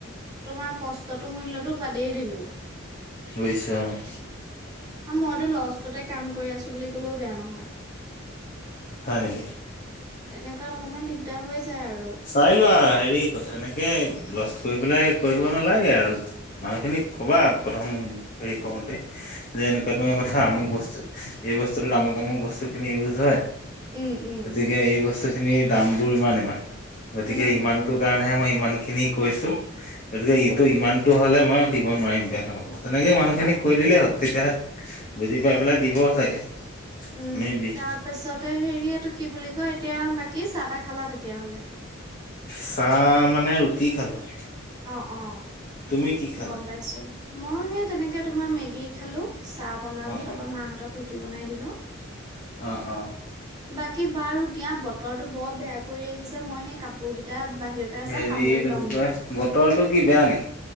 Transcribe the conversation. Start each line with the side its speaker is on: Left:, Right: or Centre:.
Right: তোমাৰ কষ্টতো মূল্যটো বাদেই দিলোঁ।
Left: বুজিছোঁ আৰু।
Right: আৰু মইটো লষ্টতে কাম কৰি আছোঁ বুলি কলেও বেয়া নহয়।
Left: হয় নেকি?
Right: তেনেকুৱাত অকমান দিগদাৰ হৈ যায় আৰু।
Left: চাই লোৱা আৰু হেৰি এনেকে লছ কৰি পেলাই কৰিব নালাগে আৰু। মানুহখিনিক কবা প্ৰথম হেৰি কৰোতে, যে এনেকুৱা এনেকুৱা
Right: তাকে
Left: কথা আমুক বস্তু। এই বস্তুটোত আমুক-আমুক বস্তুখিনি ইউজ হয়।
Right: উম', উম'।
Left: গতিকে এই বস্তুখিনিৰ দামবোৰ ইমান-ইমান। গতিকে
Right: উম
Left: ইমানটো
Right: উম
Left: কাৰণেহে মই ইমানখিনি কৈছোঁ, গতিকে এইটো
Right: তাকে
Left: ইমানটো হ'লে মই দিব নোৱাৰি বেয়া নাপাব, তেনেকৈ মানুহখিনিক কৈ দিলেই হ'ল। তেতিয়াহে বুজি পাই পেলাই দিব চাগে।
Right: উম,
Left: মে বি
Right: তাৰপিছতে হেৰি এইটো কি বুলি কয়, এতিয়া বাকী চাহ-তাহ খালা তেতিয়াহ'লে?
Left: চাহ মানে ৰুটি খালোঁ।
Right: অহ', অহ'।
Left: তুমি কি খা
Right: গম পাইছোঁ। মই সেই তেনেকে তোমাৰ মেগী খালোঁ চাহ বনালোঁ
Left: অ
Right: তাৰপৰা মাহঁতক ৰুটি বনাই দিলোঁ।
Left: অহ', অহ'।
Right: বাকী বাৰু দিয়া, বতৰটো বৰ বেয়া। কৰি আহিছে, মই সেই কাপোৰ কেইটা বাহিৰতে আছে
Left: হেৰি
Right: সামৰি
Left: এইটো
Right: লওঁগে।
Left: কি কয় বতৰটো কি বেয়া নেকি?